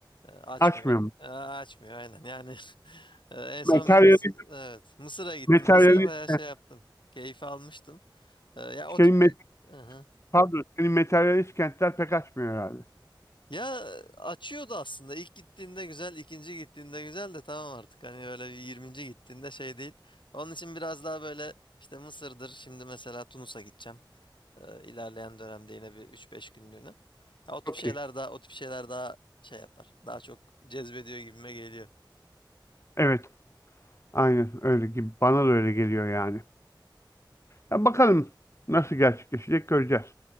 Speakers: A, on the left (about 70°); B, on the left (about 35°).
A: e, açmıyor.
B: Açmıyor mu?
A: e, açmıyor aynen. Yani <laughs> e, en son
B: Materyalist,
A: bir Mısır, evet, Mısır'a gittim
B: materyalist,
A: mesela bayağı şey
B: e,
A: yaptım. Keyif almıştım. E, ya o
B: senin,
A: tip
B: met-
A: bir Hı hı.
B: pardon, senin materyalist kentler pek açmıyor herhalde.
A: Ya e, açıyordu aslında. İlk gittiğinde güzel, ikinci gittiğinde güzel de tamam artık. Hani böyle bir yirminci gittiğinde şey değil. Onun için biraz daha böyle işte Mısır'dır. Şimdi mesela Tunus'a gideceğim. Ee, ilerleyen dönemde yine bir üç beş günlüğüne. Ya, o tip
B: Çok
A: şeyler
B: iyi.
A: daha o tip şeyler daha şey yapar. Daha çok cezbediyor gibime geliyor.
B: Evet, aynen öyle gibi. Bana da öyle geliyor yani. Ya bakalım nasıl gerçekleşecek göreceğiz.